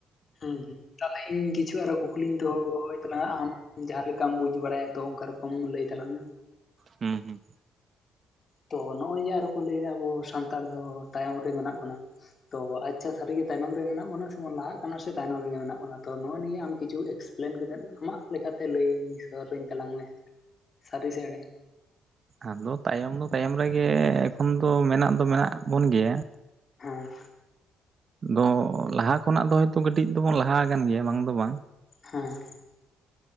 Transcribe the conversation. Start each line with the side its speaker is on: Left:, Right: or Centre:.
Left: ᱦᱮᱸ ᱛᱟᱦᱚᱞᱮ ᱤᱧ ᱠᱤᱪᱷᱩ ᱟᱨᱦᱚ ᱠᱩᱠᱞᱤᱧ ᱫᱚᱦᱚᱭ ᱛᱟᱞᱟᱝᱟ ᱟᱢ ᱡᱟᱦᱟᱸ ᱞᱮᱠ ᱞᱮᱠᱟᱢ ᱵᱩᱡᱽ ᱵᱟᱲᱟᱭᱟ ᱛᱚ ᱚᱱᱠᱟ ᱨᱚᱠᱚᱢ ᱞᱟᱹᱭ ᱛᱟᱞᱟᱝ ᱢᱮ᱾
Right: ᱦᱮᱸ ᱦᱮᱸ᱾
Left: ᱛᱚ ᱱᱚᱜᱼᱚᱭ ᱡᱮ ᱟᱨᱚ ᱠᱚ ᱞᱟᱹᱭᱮᱫᱟ ᱟᱵᱚ ᱥᱟᱱᱛᱟᱲ ᱫᱚ ᱛᱟᱭᱚᱢ ᱨᱮ ᱢᱮᱱᱟᱜ ᱵᱚᱱᱟ᱾ ᱛᱚ ᱟᱪᱪᱷᱟ ᱥᱟᱹᱨᱤ ᱛᱟᱭᱱᱚᱢ ᱨᱮ ᱢᱮᱱᱟᱜ ᱵᱚᱱᱟ ᱥᱮᱵᱚᱱ ᱞᱟᱦᱟᱜ ᱥᱮ ᱛᱟᱭᱱᱚᱢ ᱨᱮᱜᱮ ᱢᱮᱱᱟᱜ ᱵᱚᱱᱟ ᱛᱚ ᱱᱚᱣᱟ ᱱᱤᱭᱮ ᱟᱢ ᱠᱤᱪᱷᱩ ᱮᱠᱥᱯᱞᱮᱱ ᱠᱟ ᱠᱟᱛᱮᱫ ᱟᱢᱟᱜ ᱞᱮᱠᱟᱛᱮ ᱞᱟᱹᱭ ᱥᱚᱫᱚᱨ ᱤᱧ ᱛᱟᱞᱟᱝ ᱢᱮ ᱥᱟᱹᱨᱤ ᱥᱮ ᱮᱲᱮ
Right: ᱟᱫᱚ ᱛᱟᱭᱚᱢ ᱫᱚ ᱛᱟᱭᱚᱢ ᱨᱮᱜᱮ ᱮᱠᱷᱚᱱ ᱫᱚ ᱢᱮᱱᱟᱜ ᱫᱚ ᱢᱮᱱᱟᱜ ᱵᱚᱱ ᱜᱮᱭᱟ,
Left: ᱦᱮᱸ
Right: ᱟᱫᱚ ᱞᱟᱦᱟ ᱠᱷᱚᱱᱟᱜ ᱫᱚ ᱦᱚᱭᱛᱚ ᱠᱟᱹᱴᱤᱡ ᱫᱚᱵᱚᱱ ᱞᱟᱦᱟ ᱟᱠᱟᱱ ᱜᱮᱭᱟ ᱵᱟᱝ ᱫᱚ ᱵᱟᱝ,
Left: ᱦᱮᱸ